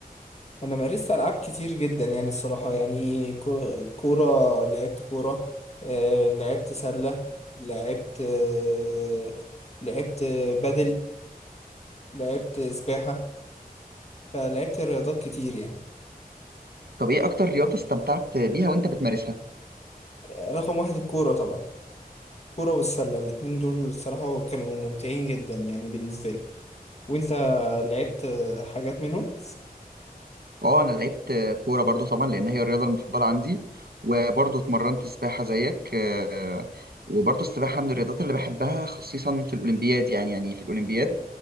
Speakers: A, on the left; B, on the right.
A: أنا مارست ألعاب كتير جدا يعني الصراحة يعني كو- كورة لعبت كورة أه لعبت سلة لعبت أه لعبت بدل لعبت سباحة فلعبت رياضات كتير يعني
B: طب إيه أكتر رياضة استمتعت بيها وأنت بتمارسها؟
A: رقم واحد الكورة طبعا الكورة والسلة الاتنين دول الصراحة كانوا ممتعين جدا يعني بالنسبة لي وانت لعبت حاجات منهم
B: اه انا لعبت كوره برضو طبعا لان هي الرياضه المفضله عندي وبرضو اتمرنت سباحه زيك آه، وبرضو السباحه من الرياضات اللي بحبها خصيصا في الاولمبياد يعني يعني في الاولمبياد